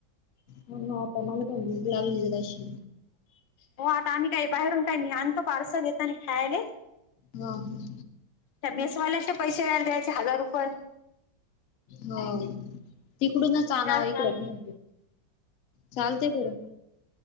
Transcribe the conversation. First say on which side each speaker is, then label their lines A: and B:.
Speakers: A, on the left; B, on the left.
A: हं पण मला तर भूक लागली तशी
B: हों आता आम्ही कायी बाहेरून काही मी आणतो पार्सल येतानी खायाले
A: हां हां.
B: त्या मेसवाल्याचे पैसे व्याल्याचे पैसे एक द्यायचे हजार रुपये.
A: हों तिकडूनच आणावा
B: चाल
A: इकड
B: चाल
A: हुं चालतेयकड